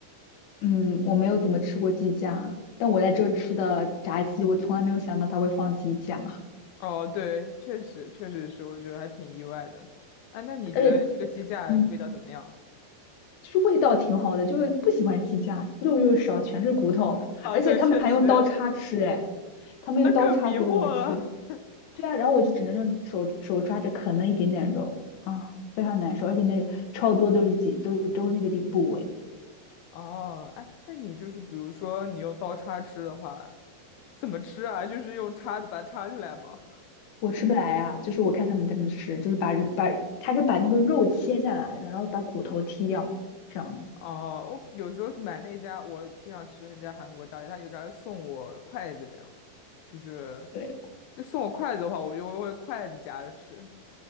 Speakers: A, on the left; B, on the left.
A: 嗯，我没有怎么吃过鸡架，但我在这儿吃的炸鸡，我从来没有想到它会放鸡架，<laughs>
B: 哦，对，确实确实是，我觉得还挺意外的。哎，那你觉得这个鸡架味道怎么样？
A: 而且嗯，就是味道挺好的，就是不喜欢鸡架，肉又少，全是骨头，
B: <laughs> 啊，
A: 而且他们还用刀叉吃哎，
B: 对，确实，
A: 他们用刀叉给我们吃的。
B: 那更迷惑了。
A: 对啊，然后我就只能用手手抓着啃那一点点肉，啊，非常难受，而且那个超多都是几都是都是那个地部位，
B: 哦，哎，那你就是比如说你用刀叉吃的话，怎么吃啊？就是用叉子把它叉起来吗？
A: 我吃不来啊。就是我看他们在那吃，就是把把他是把那个肉切下来的，然后把骨头剔掉这样子。
B: 哦，我有时候买那家，我经常吃那家韩国炸鸡，他有时候还送我筷子，这样，就是，
A: 对，
B: 就送我筷子的话，我就会筷子夹着吃。